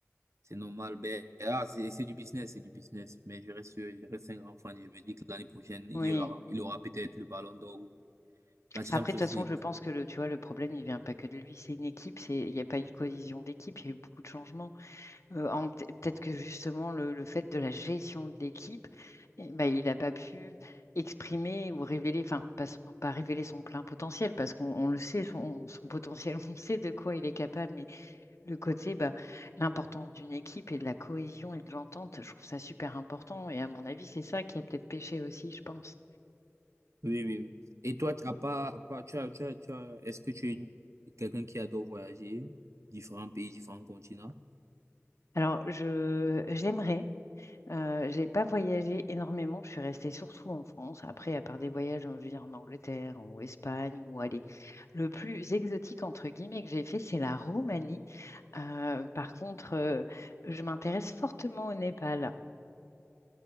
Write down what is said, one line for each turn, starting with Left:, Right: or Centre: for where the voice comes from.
Right: C'est normal. Ben, ah, c'est c'est du business, c'est du business. Mais je reste, je reste un grand fan. Je me dis que l'année prochaine, il
Left: oui.
Right: aura, il aura peut-être le Ballon d'Or ou la Champions
Left: Après, de toute façon,
Right: League.
Left: je pense que le, tu vois, le problème, il vient pas que de lui. C'est une équipe, c'est, il n'y a pas eu de cohésion d'équipe, il y a eu beaucoup de changements. Euh, en peut- peut-être que justement, le, le fait de la gestion de l'équipe, eh ben, il n'a pas pu exprimer ou révéler, enfin, pas, son- pas révéler son plein potentiel, parce qu'on on le sait, son, son potentiel, <laughs> on sait de quoi il est capable, mais le côté, bah, l'importance d'une équipe et de la cohésion et de l'entente, je trouve ça super important. Et à mon avis, c'est ça qui a peut-être péché aussi, je pense.
Right: Oui, oui, oui. Et toi, tu as pas, à part- tu as, tu as, tu as, est-ce que tu es une- quelqu'un qui adore voyager, différents pays, différents continents?
Left: Alors, je, j'aimerais Euh, j'ai pas voyagé énormément, je suis restée surtout en France. Après, à part des voyages, je veux dire, en Angleterre ou Espagne ou allez, le plus exotique entre guillemets que j'ai fait, c'est la Roumanie. Euh, par contre, euh, je m'intéresse fortement au Népal.